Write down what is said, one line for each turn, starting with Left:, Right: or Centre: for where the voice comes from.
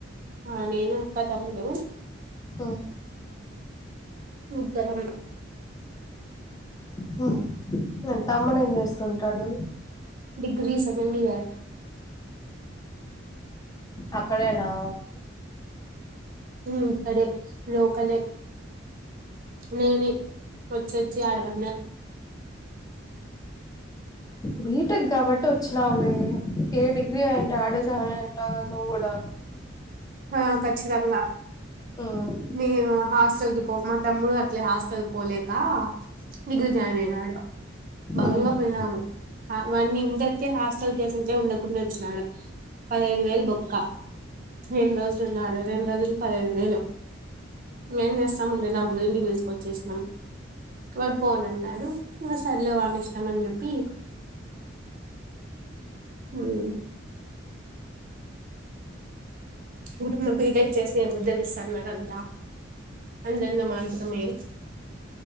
Right: ఆ నేను కథమ్ముడు
Left: ఆ
Right: ముగ్గురం
Left: హ మరి తమ్ముడు ఏం చేస్తుంటాడు
Right: డిగ్రీ సెకండ్ ఇయర్
Left: అక్కడేనా
Right: ఉమ్ ఇక్కడే లోకలే నేనే వచ్చోచ్చి ఆడ పన్న
Left: బీటెక్ కాబట్టి వచ్చివ్లే ఏ డిగ్ డిగ్రీ అయ్యుంటే ఆడే సాధివుంటావ్ కథకద నవ్వు కూడా
Right: ఆ ఖచ్చితంగా
Left: ఉమ్
Right: నేను హస్ హాస్టల్కి పోమా తమ్ముడు అట్లే హాస్టల్ పోలేక డిగ్రీ జాయిన్ అయినాడు భంగ
Left: ఉమ్
Right: పోయినాము ఆ వాని ఇంటరికే హాస్టల్ దేశే ఉండకుండా వచ్చినడు పదైదు వేలు బొక్కా రెండు రోజులున్నాడు రెండు రోజులు పదిహేను వేలు ఏం చేస్తాముండిన ఇంగ ఇంటికి తీసుకొచ్చేసినాం వాడు పోనన్నాడు ఇంకా సర్లే వానీ ఇష్టం అని చెప్పి ఉమ్ ఇప్పుడు నవ్వు బీటెక్ చేసి ఏ ఉద్ధరిస్తాన్నారంత అంతంత మాత్రమే